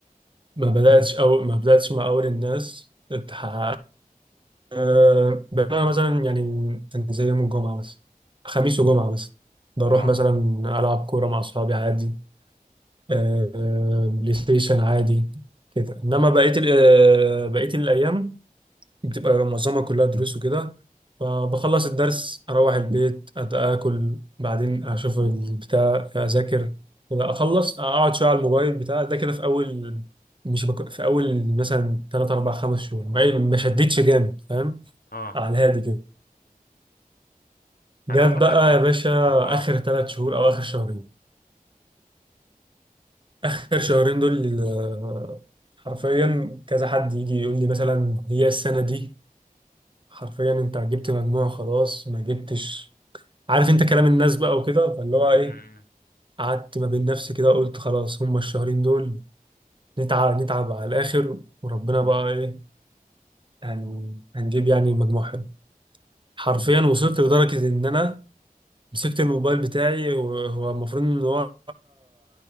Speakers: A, on the right; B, on the left.
A: ما بدأتش أو ما بدأتش مع أول الناس تحقق أه بقى مثلا يعني يعني زي يوم الجمعة بس خميس وجمعة بس بروح
B: اه
A: مثلا ألعب كورة مع أصحابي عادي أه بلاي ستيشن عادي كده إنما بقية ال- آه، بقية الأيام بتبقى معظمها كلها دروس وكده فبخلص الدرس اروح البيت أت- اكل بعدين اشوف البتاع اذاكر كده اخلص اقعد شويه على الموبايل بتاع ده كده في اول مش بك... في اول مثلا 3 4 5 شهور ما ما شدتش جامد فاهم
B: اه
A: على الهادي كده جت
B: انا عامة
A: بقى
B: عم
A: يا باشا
B: اه
A: اخر ثلاث شهور او اخر شهرين اخر شهرين دول آه، حرفيا كذا حد يجي يقول لي مثلا هي السنه دي حرفيا انت جبت مجموع خلاص ما جبتش عارف انت كلام الناس بقى وكده فاللي هو ايه
B: مم.
A: قعدت ما بين نفسي كده وقلت خلاص هما الشهرين دول نتعب نتعب على الاخر وربنا بقى ايه يعني هنجيب يعني مجموع حلو حرفيا وصلت لدرجة ان انا مسكت الموبايل بتاعي وهو المفروض ان هو